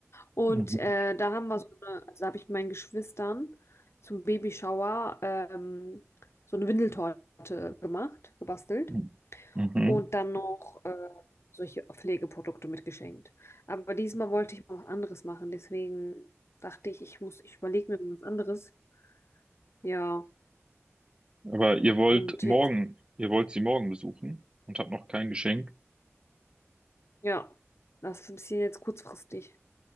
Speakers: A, on the left; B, on the right.
A: Und
B: Mhm.
A: äh, da haben wir so eine, also da habe ich meinen Geschwistern zum Babyshower ähm, so eine Windeltorte gemacht, gebastelt.
B: Mhm. Mhm.
A: Und dann noch äh, solche Pflegeprodukte mitgeschenkt. Aber diesmal wollte ich mal was anderes machen. Deswegen dachte ich, ich muss, ich überlege mir was anderes. Ja,
B: Aber ihr wollt
A: und
B: morgen,
A: jetzt,
B: ihr wollt sie morgen besuchen und habt noch kein Geschenk.
A: ja, das ist ein bisschen jetzt kurzfristig.